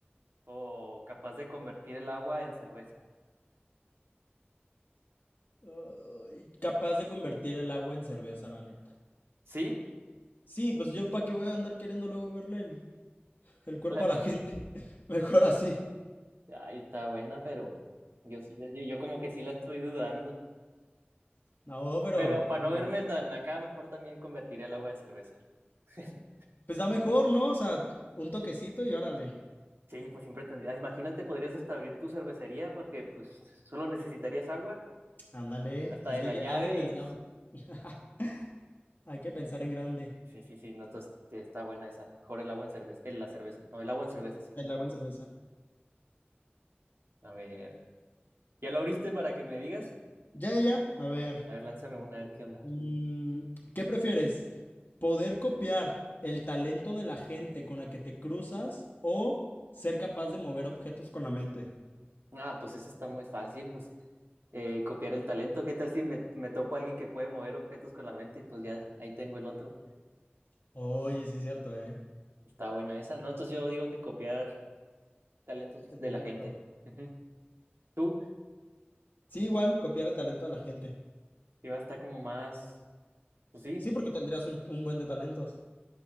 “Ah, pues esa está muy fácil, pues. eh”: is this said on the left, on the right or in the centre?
Right